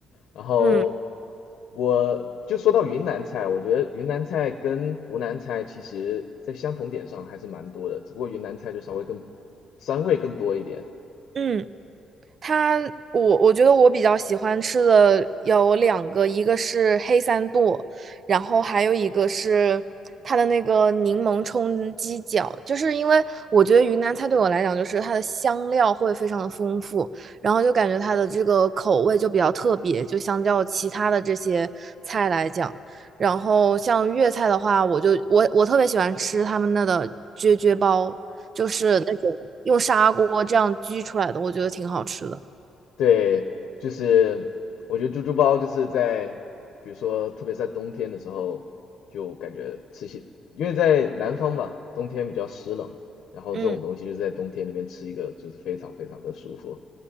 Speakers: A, on the left (about 65°); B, on the right (about 35°).
A: 然后
B: 嗯
A: 我就说到云南菜，我觉得云南菜跟湖南菜其实在相同点上还是蛮多的，只不过云南菜就稍微更，酸味更多一点。
B: 嗯。它，我我觉得我比较喜欢吃的有两个，一个是黑三剁，然后还有一个是它的那个柠檬冲鸡脚，就是因为我觉得云南菜对我来讲，就是它的香料会非常的丰富，然后就感觉它的这个口味就比较特别，就相较其他的这些菜来讲。然后像粤菜的话，我就我我特别喜欢吃他们那的啫啫煲，就是那种用砂锅这样焗出来的，我觉得挺好吃的。
A: 对，就是我觉得猪猪包就是在，比如说特别在冬天的时候，就感觉吃些，因为在南方嘛，冬天比较湿冷，然后这种东西就在冬天里面吃一个，
B: 嗯
A: 就是非常非常的舒服。